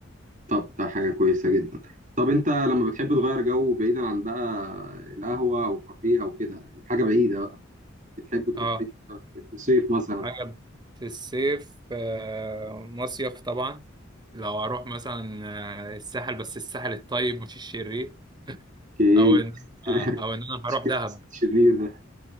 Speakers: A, on the right; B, on the right.
A: طب ده حاجة كويسة جدا طب انت لما بتحب تغير جو بعيدا عن بقى القهوة او الكافيه او كده يعني حاجة بعيدة بقى بتحب تروح
B: اه
A: فين في الصيف مثلا
B: حاجة في الصيف آه، مصيف طبعا لو هروح مثلا آه، الساحل بس الساحل الطيب مش الشرير
A: اوكي
B: او ان
A: <laughs>
B: آه، او ان انا هروح دهب
A: الشرير ده